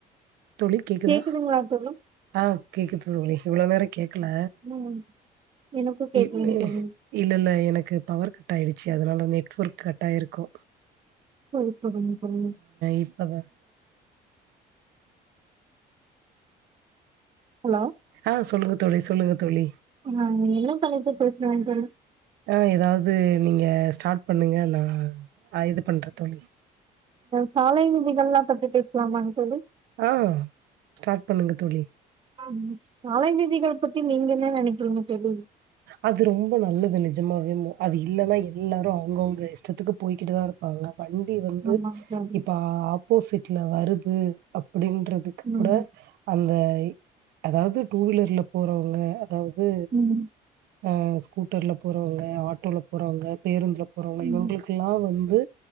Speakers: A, on the right; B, on the right.
A: தோழி கேக்குதா
B: கேக்குதுங்களா தோழி
A: ஆ கேக்குது தோழி இவ்ளோ நேரோ கேக் கல
B: ம் எனக்கு கேக்குதுங்க
A: இப்
B: தோழி
A: இல்ல இல்ல எனக்கு பவர் கட் ஆயிடுச்சு அதுனால நெட்ஒர்க் கட்டாயிருக்கு
B: சேரி சேரிங்க தோழி
A: இப்பதா
B: ஹலோ
A: ஆ சொல்லுங்க தோழி சொல்லுங்க தோழி
B: ஆ என தலைப்பு பேசுலாங்க
A: ஆ ஏதாது நீங்க ஸ்டார்ட் பண்ணுங்க நா இது பண்ற தோழி
B: சாலை விதிகள் எல்லா பத்தி பேசலாமாங்க தோழி
A: ஆ ஸ்டார்ட் பண்ணுங்க தோழி
B: ஆம் சாலை விதிகள் பத்தி நீங்க என நெனைக்கிறீங்க தோழி
A: அது ரொம்ப நல்லது நெஜமாவே அது இல்லன்னா எல்லாரு அவுங்கவுங்க இஷ்டத்துக்கு போய்கிட்டுதா இருப்பாங்க வண்டி வந்து
B: ஆமாங் தோழி
A: இப்ப ஆப்போசிட்ல வருது அப்டின்றது கூட
B: ம்
A: அந்த அதாவது டூ வீலர்ல போறவங்க அதாவது
B: ம்
A: அ ஸ்கூட்டர்ல போறவங்க ஆட்டோல போறவங்க பேருந்துல போறவங்க
B: ம்
A: இவங்களுக்கெல்லா வந்து